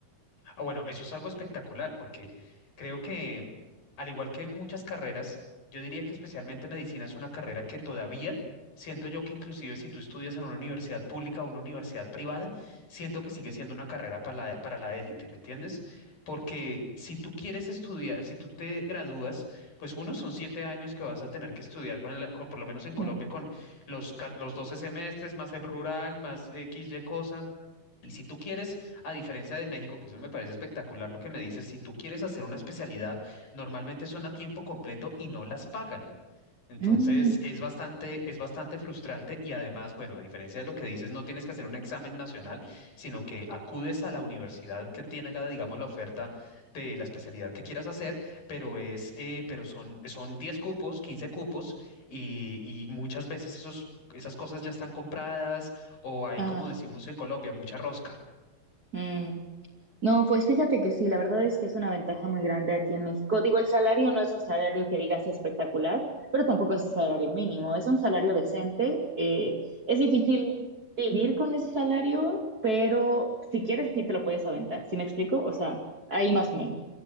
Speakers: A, on the left; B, on the right.
A: Ah, bueno, eso es algo espectacular porque creo que, al igual que muchas carreras, yo diría que especialmente medicina es una carrera que todavía siento yo que inclusive si tú estudias en una universidad pública o una universidad privada, siento que sigue siendo una carrera para la, para la élite, ¿me entiendes? Porque si tú quieres estudiar, si tú te gradúas, pues uno son siete años que vas a tener que estudiar con, el- con- por lo menos en Colombia,
B: Mm.
A: con los, ca- los 12 semestres, más el rural, más X, Y cosa y si tú quieres, a diferencia de México, que eso me parece espectacular lo que me dices, si tú quieres hacer una especialidad, normalmente son a tiempo completo y no las pagan. Entonces
B: Mm,
A: es bastante, es bastante frustrante y además, bueno, a diferencia de lo que dices, no tienes que hacer un examen nacional, sino que acudes a la universidad que tenga, digamos, la oferta de la especialidad que quieras hacer, pero es, eh, pero son, son 10 cupos, 15 cupos y, y muchas veces esos, esas cosas ya están compradas o hay,
B: Ah,
A: como decimos en Colombia, mucha rosca.
B: mm. No, pues fíjate que sí, la verdad es que es una ventaja muy grande aquí en México. Digo, el salario no es un salario que digas espectacular, pero tampoco es un salario mínimo, es un salario decente. eh, es difícil vivir con ese salario, pero si quieres, sí te lo puedes aventar. ¿Sí me explico? O sea, ahí más o menos.